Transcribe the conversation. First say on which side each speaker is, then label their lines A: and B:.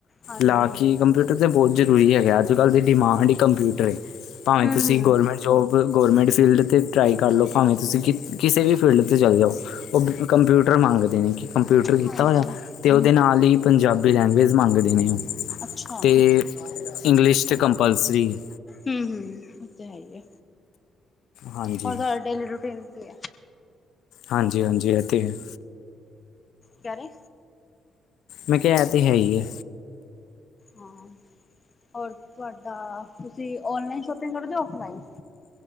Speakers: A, on the left; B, on the left.
A: ਹਾਂਜੀ
B: ਲਾ ਕੀ ਕੰਪਿਊ ਤੇ ਬੋਤ ਜਰੂਰੀ ਹੈਗੈ। ਅੱਜ ਕੱਲ ਦੀ ਡਿਮਾਂਡ ਈ ਕੰਪਿਊਟਰ ਏ। ਭਾਵੇ
A: ਹੂੰ
B: ਤੁਸੀਂ
A: ਹੂੰ
B: ਗਵਰਮੈਂਟ ਜੋਬ ਗੌਰਮੈਂਟ ਫੀਲਡ ਤੇ ਟਰਾਈ ਕਰ ਲਓ ਭਾਵੇਂ ਕਿ ਕਿਸੇ ਵੀ ਫੀਲਡ ਤੇ ਚਲ ਜਾਓ ਓ ਕੰਪਿਊਟਰ ਮੰਗਦੇ ਨੇ ਕੰਪਿਊਟਰ ਕੀਤਾ
A: ਹਾਂਜੀ
B: ਹੋਏਆ ਤੇ ਓਦੇ ਨਾਲ ਈ ਪੰਜਾਬੀ ਲੈਂਗੁਏਜ ਮੰਗਦੇ ਨੇ ਓ
A: ਅੱਛਾ ਹੂੰ
B: ਤੇ ਇੰਗਲਿਸ਼ ਤੇ ਕੰਪਲਸਰੀ ਏ।
A: ਹੂੰ ਹੂੰ ਓ ਤੇ ਹੈ ਈ ਏ।
B: ਹਾਂਜੀ
A: ਹੋਰ ਤੁਆਡਾ ਡੇਲੀ ਰੂਟੀਨ ਕੀ ਏ?
B: ਹਾਂਜੀ ਹਾਂਜੀ, ਐ ਤੇ ਹੈ।
A: ਕੀ ਕੈਰੇ?
B: ਮੈਂ ਕੇਆ ਐ ਤੇ ਹੈ ਈ ਐ।
A: ਹਾਂ ਹੋਰ ਤੁਆਡਾ ਤੁਸੀ ਔਨਲਾਈਨ ਸ਼ੋਪਿੰਗ ਕਰਦੇ ਓ ਔਫਲਾਈਨ?